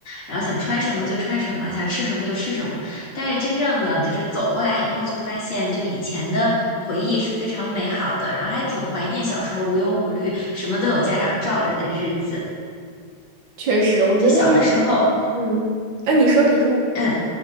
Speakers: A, on the left; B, on the right.
A: 然后想穿什么就穿什么，想吃什么就吃什么。但是真正的就是走过来以后，就发现就以前的回忆是非常美好的，然后还挺怀念小时候无忧无虑，什么都有家长罩着的日子。
B: 确实，我觉得那个时候，
A: 就小的时候。
B: 嗯，哎、你说，你说。
A: 嗯，